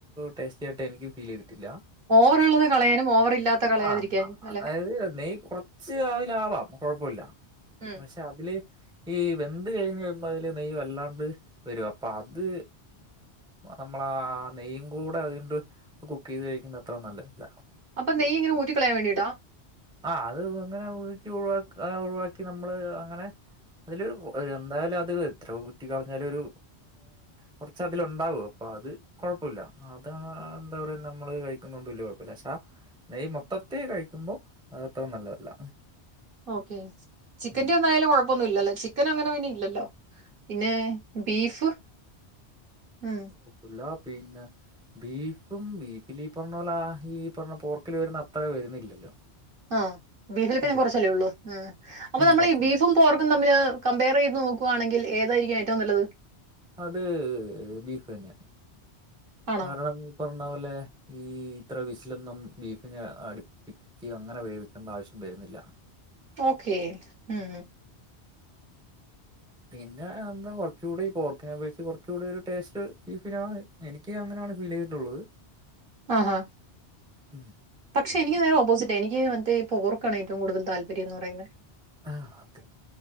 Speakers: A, in the centre; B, on the right.
A: ടേസ്റ്റി ആയിട്ട് എനിക്ക് ഫീൽ ചെയ്തിട്ടില്ല
B: ഓവറുള്ളത് കളയാനും ഓവർ ഇല്ലാത്ത കളയാതിരിക്കാനും
A: ആഹ് അതായത്
B: അല്ലെ
A: നെയ്യ് കുറ ച്ച് അതിനാവാം കുഴപ്പവില്ല.
B: ഉം
A: പക്ഷെ അതില്, ഈ വെന്ത് കഴിഞ്ഞ് വരുമ്പോ അതില് നെയ്യ് വല്ലാണ്ട് വരും. അപ്പൊ അത് നമ്മളാ നെയ്യും കൂടെ അതിലിട്ട് കുക്ക് ചെയ്ത് കഴിക്കുന്നത് അത്ര നല്ലതല്ല.
B: അപ്പം നെയ്യ് ഇങ്ങന ഊറ്റികളയാൻ വേണ്ടിട്ടാ
A: ആഹ് അത് അങ്ങനെ ഊറ്റി ഒഴിവാക്ക്, ഒഴിവാക്കി നമ്മള് അങ്ങനെ. അതില് എന്തായാലും അത് എത്രോ കുറ്റി കളഞ്ഞാലും ഒരു കൊറച്ച് അതിലുണ്ടാവും. അപ്പം അത് കൊഴപ്പമില്ല. അതാ എന്താ പറയാ നമ്മള് കഴിക്കുന്നോണ്ട് വലിയ കൊ ഴപ്പില്ല. പക്ഷേ നെയ്യ് മൊത്തത്തി കഴിക്കുമ്പൊ അതത്ര നല്ലതല്ല
B: ഓക്കെ. ചിക്കന്റെ
A: ഉം
B: ഒന്നും ആയാലും കൊഴപ്പൊന്നുഇല്ലല്ലോ. ചിക്കന് അങ്ങനെ പിന്നെ ഇല്ലല്ലോ. പിന്നെ ബീഫ് ഉം
A: ഇല്ലാ പിന്നെ ബീഫും, ബീഫിൽ ഈ പറയണ പോലെ, ആഹ് ഈ പറഞ്ഞ പോർക്കിൽ വരുന്ന അത്ര വരുന്നില്ലല്ലോ
B: ആഹ് ബീഫിൽ പിന്നെ
A: ഇല്ലല്ല
B: കൊറച്ചല്ലേ ഉള്ളൂ. ഉം.. അപ്പൊ
A: ഉം
B: നമ്മള്
A: കുറച്ച്
B: ഈ ബീഫും പോർക്കും തമ്മില് കമ്പെയർ ചെയ്ത് നോക്കുവാണെങ്കിൽ ഏതായിരിക്കും ഏറ്റവും നല്ലത്.
A: അത് ബീഫ് തന്നെയാ
B: ആണോ
A: കാരണം ഇപ്പറഞ്ഞ പോലെ, ഈ ഇത്ര വിസിലൊന്നും ബീഫിനെ അടിപ്പി ക്കേ അങ്ങനെ വേവിക്കേണ്ട ആവശ്യം വരുന്നില്ല.
B: ഓക്കെ ഉം
A: പിന്നാ എന്താ കൊറച്ചുകൂടി പോർക്കിനെ അപേക്ഷിച്ച് കൊറച്ച് കൂടി ഒരു ടേസ്റ്റ് ബീഫിനാണ്. എനി ക്ക് അങ്ങനാണ് ഫീലെയ്തിട്ടുള്ളത്
B: ആഹ്
A: ഉം
B: പക്ഷെ, എനിക്ക് നേരെ ഓപ്പോസിറ്റാ. എനിക്ക് മറ്റേ പോർക്കാണ് ഏറ്റവും കൂടുതൽ താല്പര്യോന്ന് പറയുന്നെ
A: ആഹ് ഓക്കെ